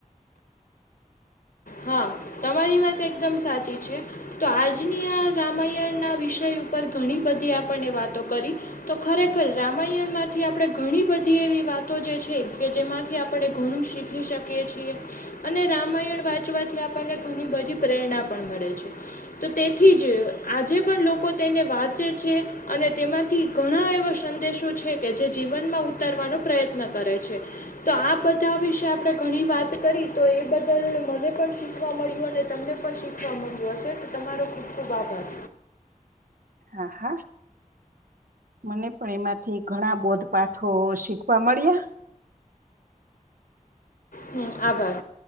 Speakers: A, on the left; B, on the right.
A: હા તમારી વાત એકદમ સાચી છે. તો આજની આ રામાયણના વિષય ઉપર ઘણી બધી આપણને વાતો કરી. તો ખરેખર રામાયણ માંથી આપણે ઘણી બધી એવી વાતો જે છે, કે જેમાંથી આપણે ઘણું શીખી શકીએ છીએ, અને રામાયણ વાત ચવાથી આપણને ઘણી બધી પ્રેરણા પણ મળે છે. તો તેથી જ આજે પણ લોકો તેને વાંચે છે. અને તેમાંથી ઘણા એવા સંદેશો છે, કે જે જીવનમાં ઉતારવાનો પ્રયત્ન કરે છે. તો આ બધા વિશે આપણે ઘણી વાત કરી તો એ બદલ મને પણ શીખવા મળ્યું અને તમને પણ શીખવા મળ્યું હશે તો તમારો ખૂબ ખુબ આભાર.
B: હા હા મને પણ એમાંથી ઘણા બોદ્ધપાઠો શીખવા મળ્યા.
A: હમ આભાર